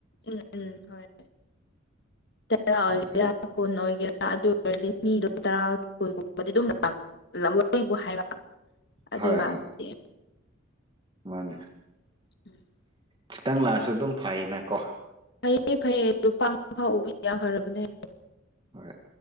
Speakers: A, on the left (about 60°); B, on the right (about 25°).
A: ꯎꯝ ꯎꯝ ꯍꯣꯏ ꯇꯔꯥ ꯑꯣꯏꯒꯦꯔꯥ
B: ꯑꯗꯨ
A: ꯀꯨꯟ ꯑꯣꯏꯒꯦꯔꯥ ꯑꯗꯨ ꯑꯣꯏꯔꯗꯤ ꯃꯤꯗꯣ ꯇꯔꯥ ꯀꯨꯟꯒꯨꯝꯕꯗꯤ ꯑꯗꯨꯝ <unintelligible> ꯑꯩꯕꯨ ꯍꯥꯏꯔ ꯑꯗꯨ
B: ꯍꯣꯏ
A: ꯀꯥꯟꯗꯗꯤ
B: ꯍꯣꯏ ꯃꯥꯅꯦ
A: <unintelligible>
B: ꯈꯤꯇꯪ ꯂꯥꯛꯑꯁꯨ ꯑꯗꯨꯝ ꯐꯩꯌꯦꯅ ꯀꯣ
A: ꯐꯩꯌꯦ ꯐꯩꯌꯦ ꯂꯨꯄꯥ ꯐꯥꯎ ꯎꯕꯤ ꯌꯥꯝ ꯐꯔꯕꯅꯦ
B: ꯍꯣꯏ